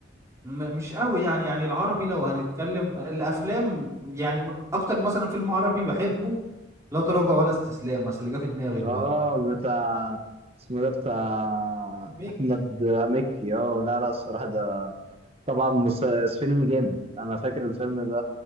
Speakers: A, on the right; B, on the right.
A: م- مش قوي يعني يعني العربي لو هنتكلم الافلام يعني م- اكتر مثلا فيلم عربي بحبه لا تراجع ولا استسلام بس اللي جه في دماغي دلوقتي
B: اه بتاع اسمه ده بتاع
A: ميك
B: احمد مكي اه لا لا الصراحه ده طبعا مس... فيلم جامد انا فاكر الفيلم ده